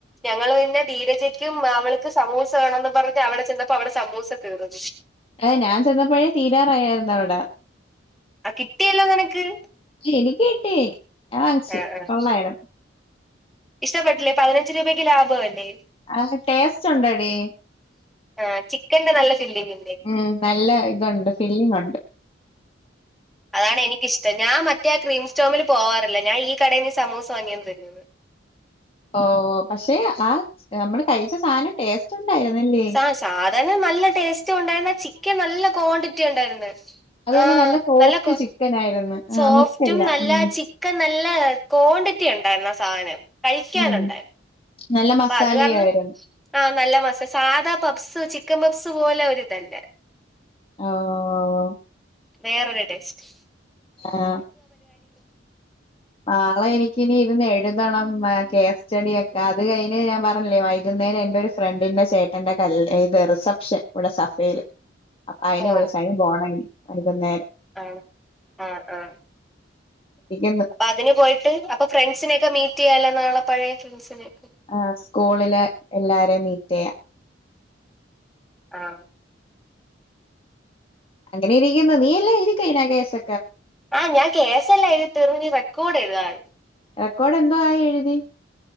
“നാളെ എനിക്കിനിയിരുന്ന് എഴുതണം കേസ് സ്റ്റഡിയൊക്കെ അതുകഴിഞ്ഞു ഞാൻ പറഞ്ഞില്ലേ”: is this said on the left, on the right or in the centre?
Left